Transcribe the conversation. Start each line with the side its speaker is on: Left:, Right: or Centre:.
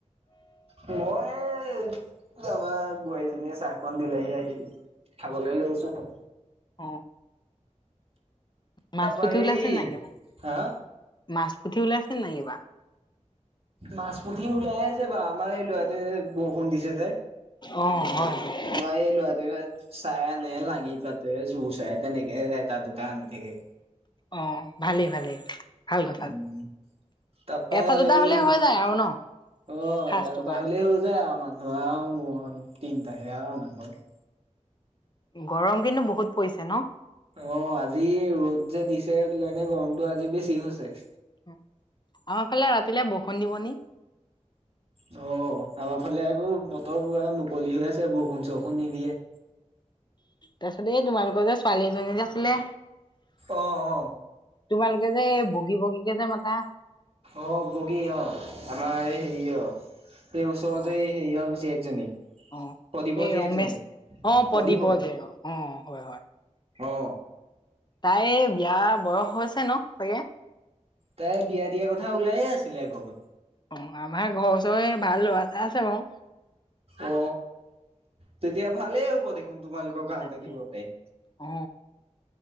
Right: মই আমাৰ বোৱাৰীজনীয়ে চাহখন দিলেহি আহি খাবলৈ লৈছো হয়
Left: অ মাছ
Right: তাৰপৰা
Left: পুঠি
Right: হেৰি
Left: ওলাইছে নে নাই কিবা
Right: হা?
Left: মাছ পুঠি ওলাইছে নে নাই কিবা
Right: মাছ পুঠি ওলাই আছে বা আমাৰ এই ল'ৰাটোৱে বৰষুণ দিছে যে
Left: অ', হয়, হয়।
Right: আমাৰ এই ল'ৰাটো চাই আনে লাগি পাততে জোৰ চাই তেনেকে এটা দুটা আনি থাকে
Left: অ ভালেই ভালেই ভাল কথা
Right: উম, তাৰপা
Left: এটা
Right: এই
Left: দুটা হ'লে
Right: অ
Left: হৈ যায় আৰু ন সাজটো
Right: এটা দুটাৰ
Left: কাৰণে।
Right: হ'লেই হৈ যায় আৰু মান ল'ৰা আৰু মই তিনটাহে আৰু আমাৰ ঘৰত
Left: গৰম কিন্তু বহুত পৰিছে ন
Right: অ আজি ৰ'দ যে দিছে সেইটো কাৰণে গৰমতটো আজি বেছি হৈছে
Left: আমাৰ ফালে ৰাতিলে বৰষুণ দিব নি
Right: অ আমাৰ ফালে আকৌ বতৰ পুৰা মুকলি হৈ আছে বৰষুণ চৰষুণ নিদিয়ে
Left: তাৰপিছত এই তোমালোকৰ যে ছোৱালী এজনী যে আছিলে
Right: অ অ
Left: তোমালোকে যে বগী বগী কে যে মাতা
Right: অ বগী অ আমাৰ এই হেৰি অ এই ওচৰতে
Left: অ',
Right: হেৰি একজনী
Left: অ',
Right: প্ৰদীপৰ
Left: এই
Right: জীয়েকজনী
Left: ৰমেশ অ',
Right: প্ৰদীপৰ
Left: জীয়েক অ', হয়,
Right: অ
Left: তাইৰ বিয়া বয়স হৈছে ন চাগে।
Right: তাই বিয়া দিয়াৰ কথা ওলায়ে আছিলে ঘৰত
Left: অ আমাৰ ঘৰৰ ওচৰৰে ভাল ল'ৰাএটা আছে বাৰু
Right: অ তেতিয়া ভালেই হ'ব দেখোন তোমালোকক গাঁৱতে
Left: তাকে।
Right: দিব পাৰিম
Left: অ